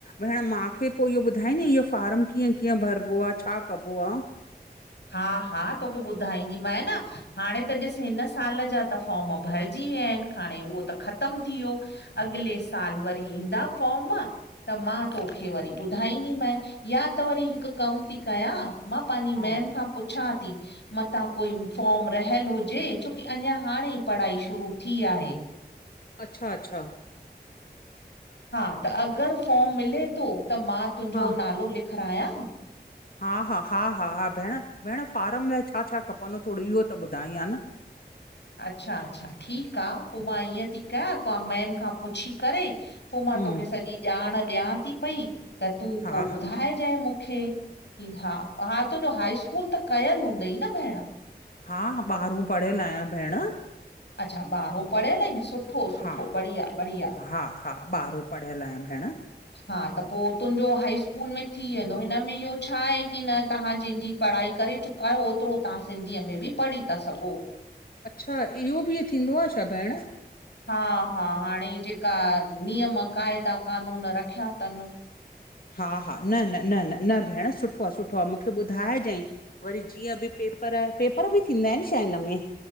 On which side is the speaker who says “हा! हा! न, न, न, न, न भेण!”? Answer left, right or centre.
Left